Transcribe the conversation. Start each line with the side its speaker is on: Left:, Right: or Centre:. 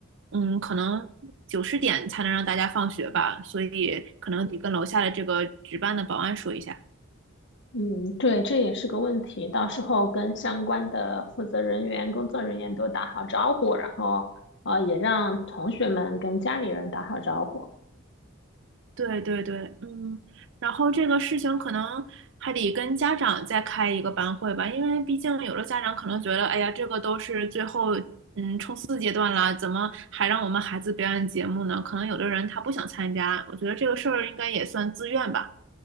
Right: 嗯，可能九十点才能让大家放学吧，所以可能得跟楼下的这个值班的保安说一下。
Left: 嗯，对，这也是个问题。到时候跟相关的负责人员、工作人员都打好招呼，然后呃，也让同学们跟家里人打好招呼。
Right: 对对对，嗯，然后这个事情可能还得跟家长再开一个班会吧，因为毕竟有的家长可能觉得，哎呀，这个都是最后四阶段了，怎么还让我们孩子表演节目呢？可能有的人他不想参加，我觉得这个事儿应该也算自愿吧。